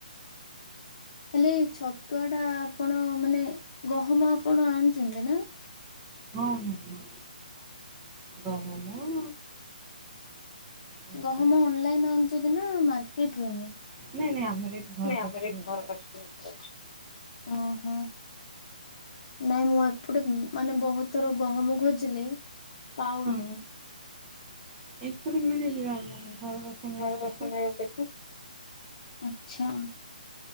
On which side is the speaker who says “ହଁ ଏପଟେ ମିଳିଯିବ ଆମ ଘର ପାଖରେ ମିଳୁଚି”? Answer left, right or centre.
Right